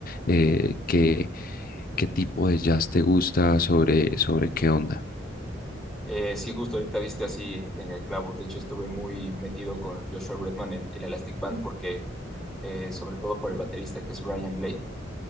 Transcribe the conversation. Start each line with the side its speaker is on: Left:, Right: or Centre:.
Left: eh, qué, qué tipo de jazz te gusta, sobre, sobre qué onda.
Centre: Eh, sí, justo ahorita diste así en el clavo. De hecho, estuve muy metido con Joshua Redman en el Elastic Band porque, eh, sobre todo por el baterista que es Brian Blade,